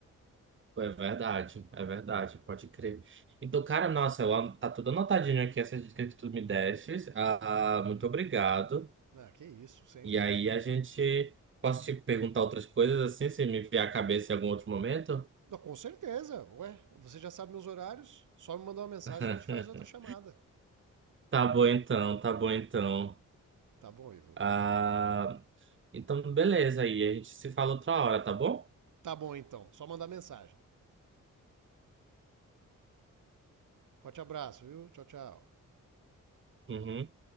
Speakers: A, on the right (about 40°); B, on the right (about 70°).
A: É verdade, é verdade, pode crer. Então, cara, nossa, eu, an- tá tudo anotadinho aqui, essas dicas que tu me destes. Ah, muito obrigado.
B: Ah, que isso, sempre.
A: E aí a gente. Posso te perguntar outras coisas assim, se me vier a cabeça em algum outro momento?
B: Não, com certeza, ué. Você já sabe meus horários, só me mandar uma mensagem
A: <laughs>
B: e a gente faz outra chamada.
A: Tá bom então, tá bom então.
B: Tá bom, Ivo?
A: Ah, então, beleza aí, a gente se fala outra hora, tá bom?
B: Tá bom então, só mandar mensagem. Forte abraço, viu? Tchau, tchau.
A: Uhum.